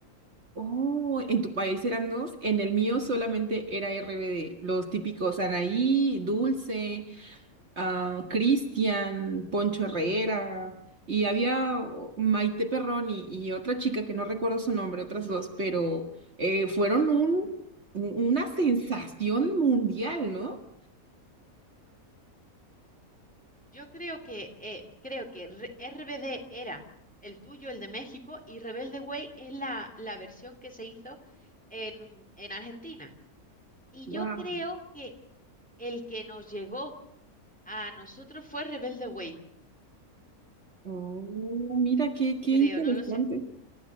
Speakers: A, on the right; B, in the centre.
A: Oh, en tu país eran dos, en el mío solamente era RBD, los típicos Anaí, Dulce, ah, Cristian, Poncho Herrera, y había oh, Maite Perroni y otra chica que no recuerdo su nombre, otras dos, pero eh, fueron un, un- una sensación mundial, ¿no?
B: Yo creo que, eh, creo que R- RBD era el tuyo, el de México, y Rebelde Way es la, la versión que se hizo en, en Argentina. Y
A: Wow.
B: yo creo que el que nos llegó a nosotros fue Rebelde Way,
A: Oh, mira, qué, qué
B: creo,
A: interesante.
B: no lo sé.